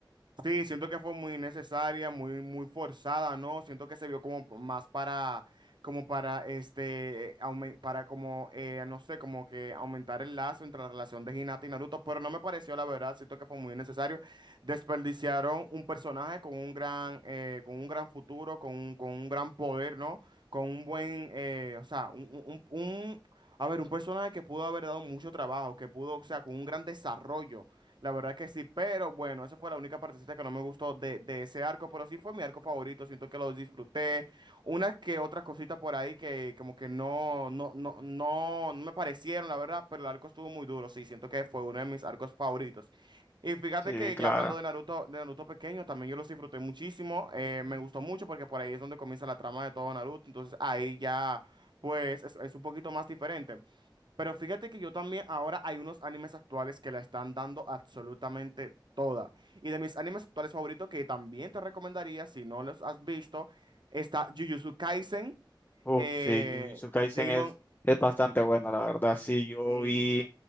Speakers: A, on the right; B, on the left.
A: Sí, siento que fue muy necesaria, muy, muy forzada, ¿no? Siento que se vio como p- más para, como para, este, aumen- para como, eh, no sé, como que aumentar el lazo entre la relación de Hinata y Naruto, pero no me pareció, la verdad, siento que fue muy necesario. Desperdiciaron un personaje con un gran, eh, con un gran futuro, con un, con un gran poder, ¿no? Con un buen, eh, o sea, un, un, un, un- a ver, un personaje que pudo haber dado mucho trabajo, que pudo, o sea, con un gran desarrollo. La verdad que sí, pero bueno, esa fue la única partecita que no me gustó de, de ese arco, pero sí fue mi arco favorito, siento que lo disfruté. Unas que otras cositas por ahí que como que no, no, no, no, no me parecieron, la verdad, pero el arco estuvo muy duro, sí, siento que fue uno de mis arcos favoritos. Y fíjate
B: Sí,
A: que
B: claro.
A: ya hablando de Naruto, de Naruto pequeño, también yo los disfruté muchísimo, eh, me gustó mucho porque por ahí es donde comienza la trama de todo Naruto, entonces ahí ya, pues es es un poquito más diferente. Pero fíjate que yo también, ahora hay unos animes actuales que la están dando absolutamente toda. Y de mis animes actuales favoritos, que también te recomendaría, si no los has visto, está Jujutsu Kaisen,
B: Uf,
A: eh,
B: sí, Jujutsu Kaisen
A: Demon...
B: es, es bastante bueno, la verdad. Sí, yo
A: Sí,
B: vi